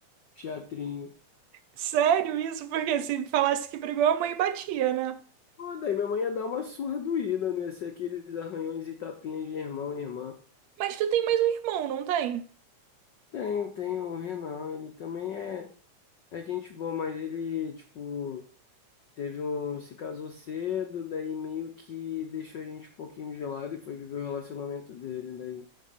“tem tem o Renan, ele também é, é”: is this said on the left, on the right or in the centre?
Left